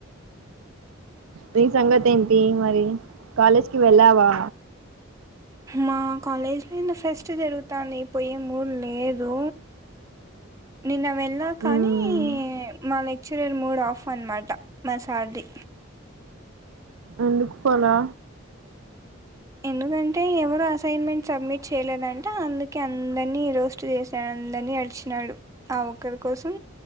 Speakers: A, on the right; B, on the right.
A: నీ సంగతి ఏంటి మరి కాలేజ్కి వెళ్ళావా
B: మా కాలేజ్ లోంత ఫస్ట్ జరుగుతుాంది పోయే ఊడు లేదు నిన్న వెళ్ళా కానీ
A: మ్మ్
B: మా లెక్చరర్ మూడు ఆఫ్ అనమాట మా సార్ది
A: ఎందుకు పోలే
B: ఎందుకంటే ఎవరు అసైన్మెంట్ సబ్మిట్ చేయలేదంటే అందుకే దని రోస్ట్ చేసానుందని అడిచి న్నాడు ఆ ఒక్కరి కోసం